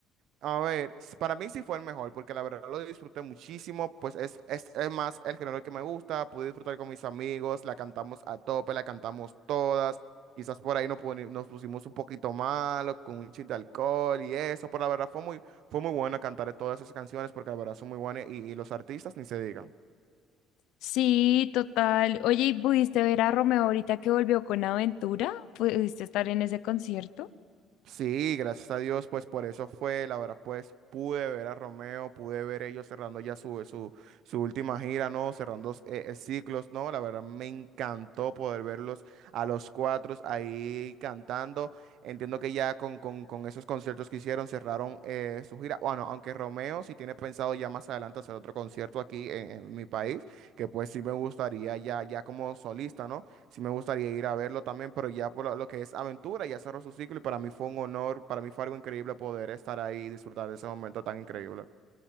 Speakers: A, on the right (about 65°); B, on the left (about 75°).
A: a ver, s- para mí sí fue el mejor, porque la verdad lo disfruté muchísimo, pues es, es, es más el género que me gusta, pude disfrutar con mis amigos, la cantamos a tope, la cantamos todas, quizás por ahí nos, poni- nos pusimos un poquito malo, con un chin de alcohol y eso, pero la verdad fue muy, fue muy bueno cantar todas esas canciones, porque la verdad son muy buenas y, y los artistas ni se digan.
B: Sí, total. Oye, ¿y pudiste ver a Romeo ahorita que volvió con Aventura? ¿Pudiste estar en ese concierto?
A: Sí, gracias a Dios, pues por eso fue, la verdad, pues pude ver a Romeo, pude ver ellos cerrando ya su, su, su última gira, ¿no? Cerrando eh, eh, ciclos, ¿no? La verdad me encantó poder verlos a los cuatro ahí cantando. Entiendo que ya con, con, con esos conciertos que hicieron cerraron eh, su gira. Bueno, aunque Romeo sí tiene pensado ya más adelante hacer otro concierto aquí en, en mi país, que pues sí me gustaría ya, ya como solista, ¿no? Sí me gustaría ir a verlo también, pero ya por lo lo que es aventura, ya cerró su ciclo y para mí fue un honor, para mí fue algo increíble poder estar ahí y disfrutar de ese momento tan increíble.